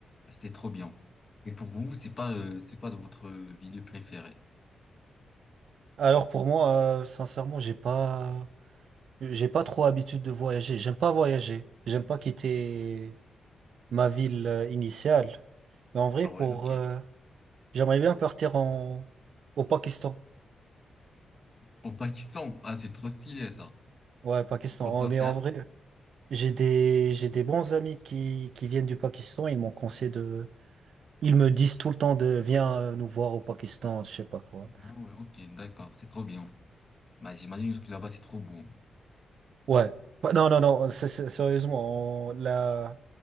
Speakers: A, on the left; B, on the right.
A: C'était trop bien. Et pour vous, c'est pas, euh, c'est pas votre ville préférée.
B: Alors pour moi, euh, sincèrement, j'ai pas j'ai pas trop habitude de voyager. J'aime pas voyager. J'aime pas quitter ma ville euh, initiale. Mais en vrai,
A: Ah
B: pour,
A: ouais, ok.
B: euh, J'aimerais bien partir en... au Pakistan.
A: Au Pakistan, ah, c'est trop stylé ça.
B: Ouais, Pakistan.
A: Et Pourquoi
B: En- Mais
A: faire?
B: en vrai, j'ai des, j'ai des bons amis qui, qui viennent du Pakistan. Ils m'ont conseillé de. Ils me disent tout le temps de viens euh, nous voir au Pakistan, je sais pas quoi.
A: Ah ouais, ok, d'accord, c'est trop bien. Bah, j'imagine que là-bas, c'est trop beau.
B: Ouais. Bah, Non, non, non. c'est- c'est- Sérieusement, on- la...